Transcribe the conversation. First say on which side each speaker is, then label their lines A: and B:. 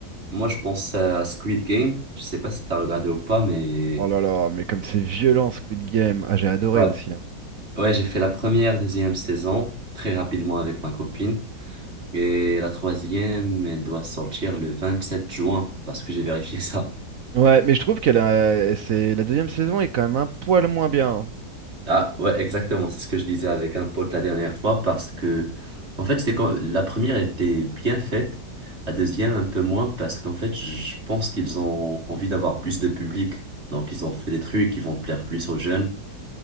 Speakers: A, on the right; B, on the right.
A: Moi, je pense à Squid Game. Je sais pas si t'as regardé ou pas, mais
B: Oh là là, mais comme c'est violent Squid Game. Ah, j'ai adoré
A: ouais,
B: aussi. hein.
A: ouais, j'ai fait la première, deuxième saison très rapidement avec ma copine et la troisième, elle doit sortir le 27 juin parce que j'ai vérifié <laughs> ça.
B: Ouais, mais je trouve que la, c'est, la deuxième saison est quand même un poil moins bien. hein.
A: Ah ouais, exactement, c'est ce que je disais avec un pote la dernière fois parce que en fait, c'est quand la première était bien faite, la deuxième un peu moins parce qu'en fait, je pense qu'ils ont envie d'avoir plus de public. Donc ils ont fait des trucs qui vont plaire plus aux jeunes,